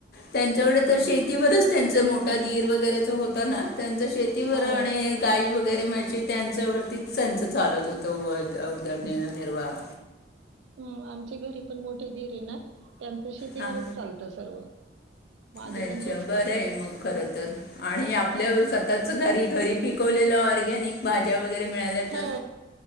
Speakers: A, on the left (about 55°); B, on the right (about 80°).
A: त्यांच्याक
B: हां.
A: तर शेतीवरच त्यांच मोठा ीर वगैरे होता ना त्यांच शेतीवर
B: हो
A: आणि गाई वगैरे मा त्यांच्यावरती त्यांच चालत होत उदरनिर्वाह
B: हम आमचे घरी पण मोठे धीरे ना त्यांच शेतीवरच
A: हां
B: चालतं सर्व माझे
A: अच्छा
B: पण तेच
A: बरं
B: करतात
A: आहे मग खर तर आणि आपल्या
B: हं.
A: स्वतःच घरी घरी पिक ले ऑर्गॅनिक भाज्या वगैरे मिळाल्या तर
B: हो